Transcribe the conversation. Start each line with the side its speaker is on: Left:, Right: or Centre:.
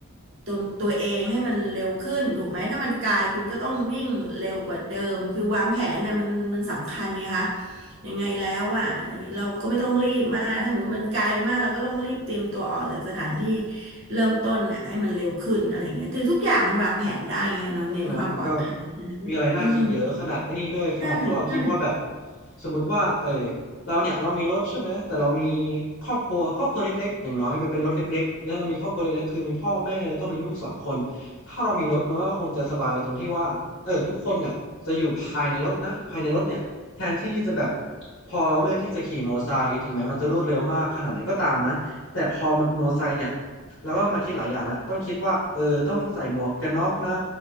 Right: ตัวตัวเองให้มันเร็วขึ้นถูกไหมถ้ามันไกลคุณก็ต้องยิ่งเร็วกว่าเดิมคือวางแผนนะมันมันสำคัญไงคะยังไงแล้วอ่ะเราก็ไม่ต้องรีบมากถ้าสมมติมันไกลมากเราก็ต้องรีบเตรียมตัวออกจากสถานที่เริ่มต้นน่ะให้มันเร็วขึ้นอะไรอย่างเงี้ยคือทุกอย่างมันวางแผนได้ไงเราเน้นความปลอดภัย
Left: ใช่ไหมมันก็มีอะไรน่าคิดเยอะขนาดไอ้นี่ด้วยขนาดถ้าเราคิดว่าแบบ
Right: อืมใช่ใช่
Left: สมมติว่าเออเราเนี่ยเรามีรถใช่ไหมแต่เรามีครอบครัวครอบครัวเล็กๆอย่างน้อยมันเป็นรถเล็กๆและเรามีครอบครัวเล็กๆคือมีพ่อแม่แล้วก็มีลูกสองคนถ้าเรามีรถมันก็คงจะสบายตรงที่ว่าเออทุกคนน่ะจะอยู่ภายในรถนะภายในรถเนี่ยแทนที่จะแบบพอเราเลือกที่จะขี่มอเตอร์ไซค์ถึงแม้มันจะรวดเร็วมากขนาดไหนก็ตามนะแต่พอมันเป็นมอเตอร์ไซค์เนี่ยแล้วก็มาคิดหลายอย่างแล้วต้องคิดว่าเออต้องใส่หมวกกันน็อกนะ